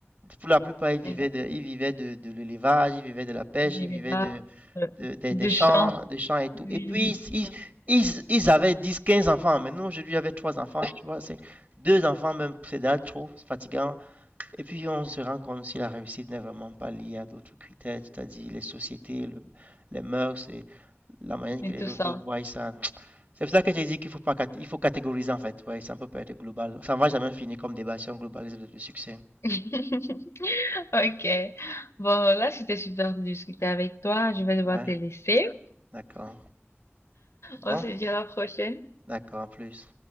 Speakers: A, on the right; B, on the left.
A: Pour la plupart, ils vivaient
B: Et
A: de, ils vivaient de, de l'élevage, ils vivaient de la pêche,
B: Des
A: ils vivaient
B: débats,
A: de,
B: euh,
A: de- des-
B: du
A: des champs
B: chant,
A: des champs et tout.
B: oui,
A: Et puis, ils, ils, ils avaient 10 15 enfants. Maintenant, aujourd'hui, avait trois enfants, tu vois, c'est deux enfants même, c'est déjà trop, c'est fatigant. Et puis, on se rend compte si la réussite n'est vraiment pas liée à d'autres critères, c'est-à-dire les sociétés, le- les mœurs et la manière
B: et
A: que les
B: tout
A: autres
B: ça.
A: voient ça. C'est pour ça que j'ai dit qu'il faut pas, il faut catégoriser en fait. Ouais, ça ne peut pas être global. Ça ne va jamais finir comme débat sur un globalisme de succès.
B: <laughs> Ok. Bon, là, c'était super de discuter avec toi. Je vais devoir
A: Ouais,
B: te laisser.
A: d'accord. Bon,
B: On se dit à la prochaine.
A: d'accord, en plus.